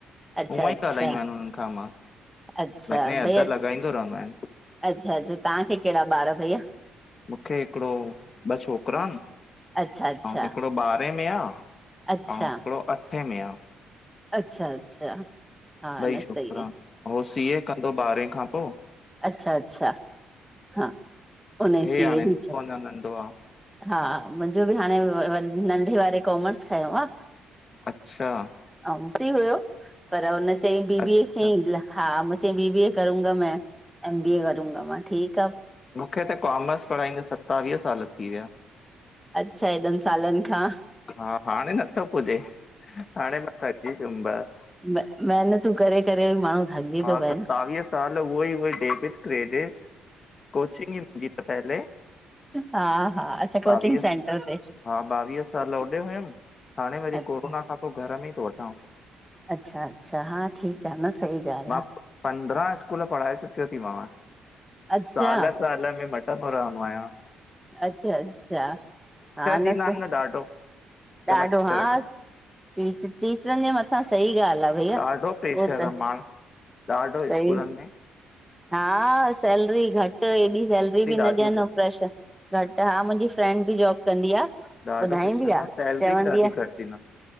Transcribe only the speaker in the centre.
अच्छा
अच्छा
अच्छा
भईया
अच्छा -अच्छा तहांखे केड़ा ॿार भैया?
अच्छा अच्छा
अच्छा
अच्छा -अच्छा हा
न
सही
अच्छा-अच्छा हा उन
सी
ए जी
हा मुंजो बि हाणे नंढे वारे कॉमर्स खयों आ
फ्री हुयो पर हुन चईं बीबीअ
खे ई हा मुे चई बी- बी ए करूगा में एम बी ए करूगा। मां ठीक
अच्छा हेएॾन सालन खां
म महिनतूं करे -करे बि माण्हू थकिजी
तो पए
न
हा हा अच्छा
कोचिंग सेंटर ते
अच्छा
अच्छा -अच्छा हा ठीक आ न सही ॻाल्हि
आहे
अच्छा
अच्छा- अच्छा हा न
त
ॾाढो
हास
टीच टीचरन जे मथां सही ॻाल आ भईया
उहो त
सही
हा सैलरी घट, एॾी सैलरी बि न
ॾियन
ऐ प्रैशर घट हा मुंजी फ्रेंड बि जॉब कंदी आ।
ॿुधाईंदी
आ
चवंदी
आ